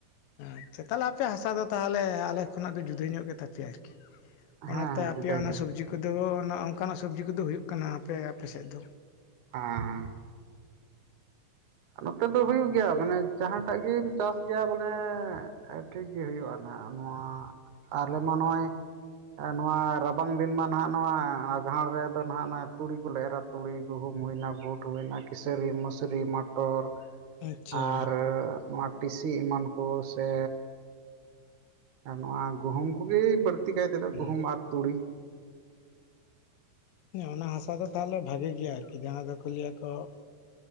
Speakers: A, on the left; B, on the right.
A: ᱟᱪᱪᱷᱟ ᱛᱟᱦᱚᱞᱮ ᱟᱯᱮᱭᱟᱜ ᱦᱟᱥᱟ ᱫᱚ ᱛᱟᱦᱚᱞᱮ ᱟᱞᱮ ᱠᱷᱚᱱᱟᱜ ᱫᱚ ᱡᱩᱫᱟᱹ ᱧᱚᱜ ᱜᱮ ᱛᱟᱯᱮᱭᱟ ᱟᱨᱠᱤ
B: ᱦᱮᱸ
A: ᱚᱱᱟᱛᱮ
B: ᱦᱮᱸ
A: ᱟᱯᱮᱭᱟᱜ
B: ᱡᱩᱫᱟᱹ
A: ᱚᱱᱟ
B: ᱜᱮ
A: ᱥᱚᱵᱽᱡᱤ ᱠᱚᱫᱚ ᱚᱱᱠᱟᱱᱟᱜ ᱥᱚᱵᱽᱡᱤ ᱠᱚᱫᱚ ᱦᱩᱭᱩᱜ ᱠᱟᱱᱟ ᱟᱯᱮ ᱟᱯᱮ ᱥᱮᱫ ᱫᱚ
B: ᱦᱮᱸ ᱦᱮᱸ ᱱᱚᱛᱮ ᱫᱚ ᱦᱩᱭᱩᱜ ᱜᱮᱭᱟ ᱢᱟᱱᱮ ᱡᱟᱦᱟᱸᱴᱟᱜ ᱜᱮᱢ ᱪᱟᱥ ᱜᱮᱭᱟ ᱵᱚᱞᱮ ᱴᱷᱤᱠ ᱜᱮ ᱦᱩᱭᱩᱜ-ᱟ ᱱᱷᱟᱜ ᱱᱚᱣᱟ ᱟᱞᱮ ᱢᱟ ᱱᱚᱜ-ᱚᱭ ᱱᱚᱣᱟ ᱨᱟᱵᱟᱝ ᱫᱤᱱ ᱢᱟ ᱱᱷᱟᱜ ᱱᱚᱣᱟ ᱟᱸᱜᱷᱟᱲ ᱨᱮᱫᱚ ᱱᱷᱟᱜ ᱱᱚᱣᱟ ᱛᱩᱲᱤ ᱠᱚᱞᱮ ᱮᱨᱟ ᱛᱩᱲᱤ ᱜᱩᱦᱩᱢ ᱦᱩᱭ ᱮᱱᱟ ᱵᱩᱴ ᱦᱩᱭ ᱮᱱᱟ ᱠᱤᱥᱟᱹᱨᱤ ᱢᱤᱥᱨᱤ ᱢᱟᱴᱼᱼ ᱢᱚᱴᱚᱨ
A: ᱟᱪᱪᱷᱟ
B: ᱟᱨ ᱱᱚᱣᱟ ᱴᱤᱥᱤ ᱮᱢᱟᱱ ᱠᱚ ᱥᱮ ᱟᱨ ᱱᱚᱣᱟ ᱜᱩᱦᱩᱢ ᱠᱚᱜᱮ ᱵᱟᱹᱲᱛᱤ ᱠᱟᱭ ᱛᱮᱫᱚ
A: ᱦᱩᱸ
B: ᱜᱩᱦᱩᱢ ᱟᱨ ᱛᱩᱲᱤ ᱾
A: ᱚᱱᱟ ᱦᱟᱥᱟ ᱫᱚ ᱛᱟᱦᱚᱞᱮ ᱵᱷᱟᱜᱮ ᱜᱮᱭᱟ ᱟᱨᱠᱤ ᱡᱟᱦᱟ ᱫᱚᱠᱚ ᱞᱟᱹᱭ ᱟᱠᱚ ᱾